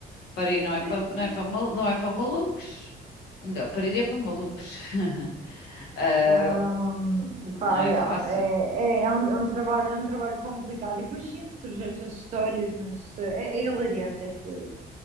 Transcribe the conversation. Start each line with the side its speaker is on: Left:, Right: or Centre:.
Left: Parir não é
Right: Sim,
Left: para,
Right: sim.
Left: não é para, mal- não é para malucos. Ou melhor, parir é para malucos. <laughs> Ah,
Right: Ahm,
Left: não
Right: pá,
Left: é
Right: yeah,
Left: fácil.
Right: É, é, é um, é um trabalho, é um trabalho complicado. E depois sim, surgem estas histórias, mas eh, é, é hilariante estas